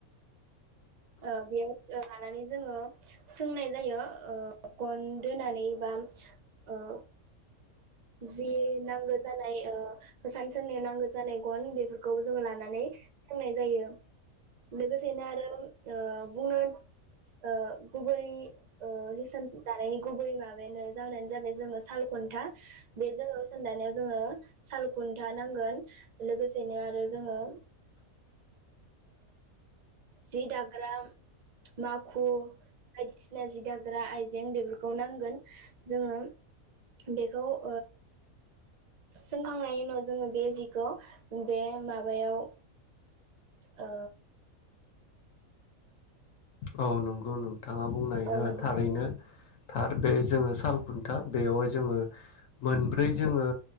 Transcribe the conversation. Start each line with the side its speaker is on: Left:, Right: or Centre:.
Right: ओ बेयाव ओ लानानै जोङो सोंनाय जायो ओ गन दोनानै बा ओ जि नांगौ जानाय ओ हिसान सोंनायाव नांगौ जानाय गन बेफोरखौ जोङो लानानै सोंनाय जायो लोगोसेनो आरो ओ बुंनो ओ गुबै ओ हिसान दानायनि गुबै माबायानो जाहोनानो जाबाय जोङो साल खुनथा बेजोङो जों दानाय जोङो साल खुन्था नांगोन लोगोसेनो आरो जोङो जि दाग्रा माखु बायदिसिना जि दाग्रा आइजें बेफोरखौ नांगोन जोङो बेखौ ओ सोंखांनायनि उनाव जोङो बे जिखौ बे माबायाव ओ
Left: औ नंगौ नो नोंथाङा बुंनाय
Right: औ नोंथां
Left: थारैनो थार बे जोङो सालखुन्था बेयावहाय जोङो मोनब्रै जोङो